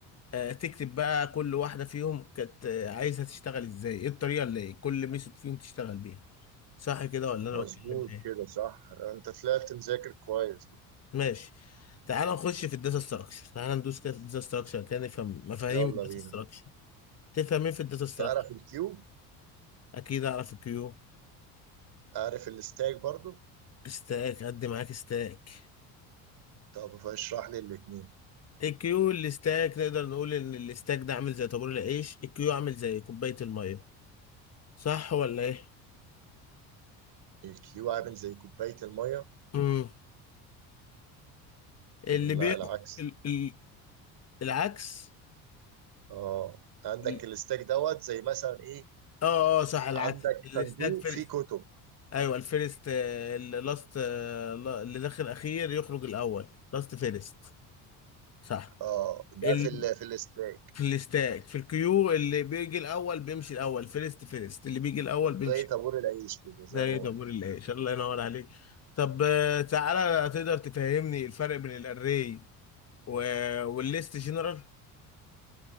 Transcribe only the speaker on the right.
مظبوط
كده صح انت طلعت مذاكر كويس
يلا
بينا
تعرف الكيو
عارف الستاك برضو
طب فاشرح لي الاتنين
الكيو عامل زي كوبايه الميه
لا
العكس
اه عندك
الستاك دوت زي مثلا ايه
عندك
صندوق
فيه كتب
اه ده
في ال... في الاستاك
زي طابور العيش كده زي
ما قلت